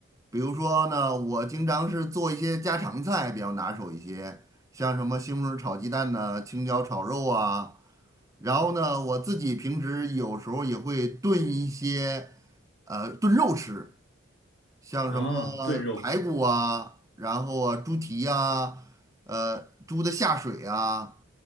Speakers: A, on the right (about 15°); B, on the left (about 60°).
A: 比如说呢，我经常是做一些家常菜比较拿手一些，像什么西红柿炒鸡蛋呢、青椒炒肉啊。然后呢，我自己平时有时候也会炖一些，呃，炖肉吃，像什么
B: 啊，炖肉
A: 排骨啊，然后啊，猪蹄呀，呃，猪的下水啊，